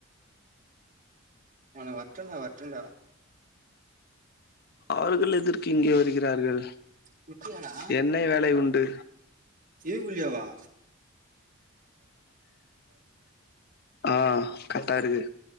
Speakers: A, on the right; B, on the left.
A: அவன் வர்ட்டுண்டா வர்ட்டுண்டா
B: அவர்கள் எதற்கு இங்கே வருகிறார்கள்
A: குட்டியா டா
B: என்ன வேலை உண்டு
A: இதுக்குல்லிய வா
B: ஆஹ் கர்ட்டா இருக்கு